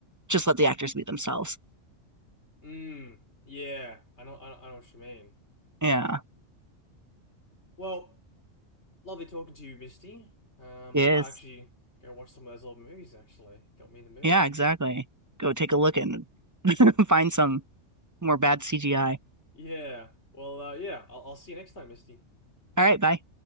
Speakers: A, on the right; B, on the left.
A: just let the actors be themselves.
B: Mm, yeah, I know, I know, I know what you mean.
A: Yeah.
B: Well, Lovely talking to you, Misty. Um,
A: Yes.
B: I might actually go watch some of those old movies, actually. Got me in the mood.
A: Yeah, exactly. Go take
B: I'll,
A: a look and <laughs> find some more bad CGI.
B: yeah. Well, uh, yeah, I'll, I'll see you next time, Misty.
A: All right, bye.